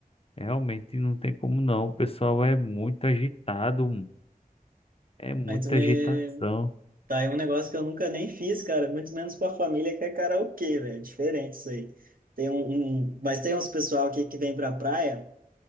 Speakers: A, on the left; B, on the right.
A: Realmente não tem como não. O pessoal é muito agitado, é muita
B: aí tu me,
A: agitação.
B: Tá, é um negócio que eu nunca nem fiz, cara, muito menos com a família, que é karaokê, velho. Diferente isso aí. Tem um, um- mas tem uns pessoal aqui que vem pra praia.